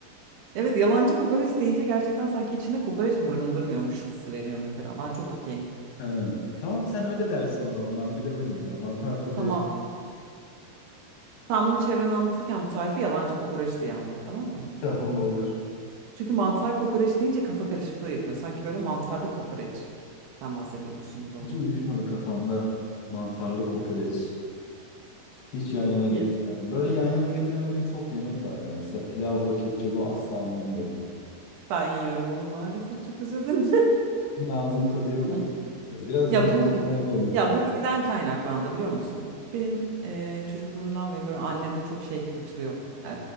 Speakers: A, on the right; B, on the left.
A: Evet yalancı kokoreç deyince gerçekten sanki içinde kokoreç barındırmıyormuş hissi veriyor mesela. Ben çok okeyim.
B: Ha, tamam sen öyle dersin o zaman ben bilemedim ya. Mantar kokoreç
A: Tamam. Sen bunu çevrene anlatırken bu tarifi yalancı kokoreç diye anlat tamam mı?
B: <laughs> Tamam olur.
A: Çünkü mantar kokoreç deyince kafa karışıklığı yapıyor. Sanki böyle mantarlı kokoreç. Sen bahsediyormuşsun gibi oluyor.
B: Hiç uyuşmadı kafamda mantarlı kokoreç. Hiç yan yana getirmedim.
A: Ye-
B: Böyle yan yana getiremediğim çok yemek var ama. Mesela pilavla ketçabı asla anlamıyorum.
A: Ben yiyorum bunu maalesef çok özür dilerim.
B: Bunun Ağzının tadı yok gibi.
A: <laughs>
B: Ya Biraz
A: Ya
B: bu
A: bu
B: sahibi ol lütfen.
A: ya bu neyden kaynaklandı biliyor musun? Benim eee, çocukluğumdan beri böyle annemde çok şey kültürü yok. Eee,